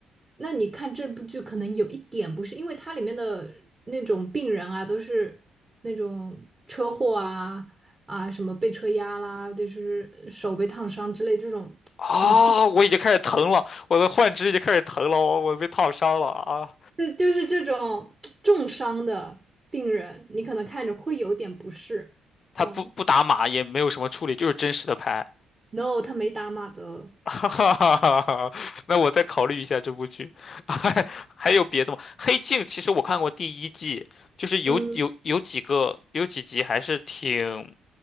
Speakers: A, on the right (about 30°); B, on the left (about 45°).
A: 那你看这部剧，可能有一点不是，因为它里面的那种病人啊，都是那种车祸啊啊，什么被车压啦，就是手被烫伤之类这种很突，
B: 啊，我已经开始疼了，我的幻肢已经开始疼了，我我被烫伤了啊！
A: 就就是这种重伤的病人，你可能看着会有点不适。
B: 他不不打码，
A: 哦
B: 也没有什么处理，就是真实的拍。
A: ，no，他没打码的，
B: <laughs> 哈哈哈哈，那我再考虑一下这部剧，<laughs> 还还有别的吗？《黑镜》其实我看过第一季，就是有有有几个有几集还是挺，
A: 嗯，